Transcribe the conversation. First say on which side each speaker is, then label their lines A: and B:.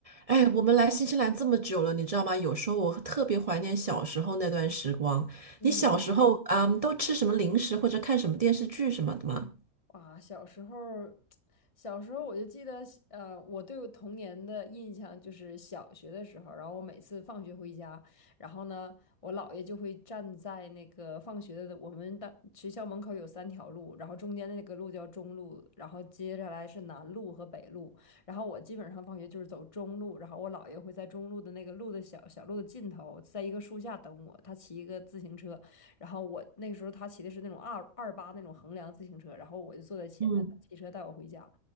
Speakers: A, on the right; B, on the left.
A: 哎，我们来新西兰这么久了，你知道吗？有时候我特别怀念小时候那段时光。
B: 嗯，
A: 你小时候，嗯，都吃什么零食或者看什么电视剧什么的吗？
B: 哇，小时候儿小时候我就记得，呃，我对我童年的印象就是小学的时候，然后我每次放学回家，然后呢，我姥爷就会站在那个放学的我们的学校门口有三条路，然后中间的那个路叫中路，然后接下来是南路和北路，然后我基本上放学就是走中路，然后我姥爷会在中路的那个路的小小路的尽头，在一个树下等我，他骑一个自行车，然后我那个时候他骑的是那种二二八那种横梁自行车，然后我就坐在前面，
A: 嗯，
B: 他骑车带我回家。